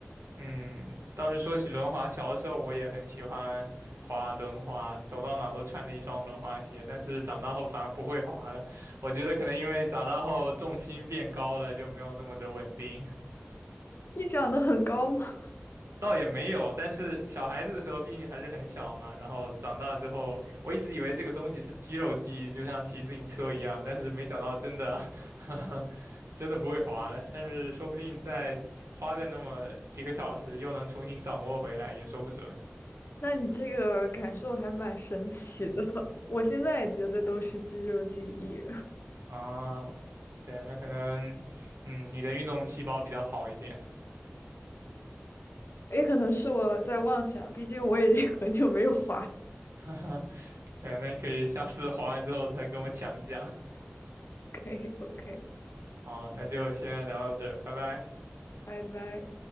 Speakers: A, on the right; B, on the left.
A: 嗯，倒是说起轮滑，小的时候我也很喜欢滑轮滑，走到哪都穿着一双轮滑鞋。但是长大后反而不会滑了，我觉得可能因为长大后重心变高了，就没有那么的稳定。<laughs>
B: 你长得很高吗？
A: 倒也没有，但是小孩子的时候毕竟还是很小嘛，然后长大之后，我一直以为这个东西是肌肉记忆，就像骑自行车一样，但是没想到真的，<laughs> 真的不会滑了。但是说不定再花个那么几个小时，又能重新掌握回来，也说不准。
B: <laughs> 那你这个感受还蛮神奇的。<laughs> 我现在也觉得都是肌肉记忆，
A: 啊，对，那可能，嗯，你的运动细胞比较好一点，
B: 也可能是我在妄想，毕竟我已经很久没有滑
A: <laughs> 哈哈，对，那你可以下次滑完之后再跟我讲一讲。
B: OK OK，
A: 好，那就先聊到这儿，拜拜。
B: 拜拜。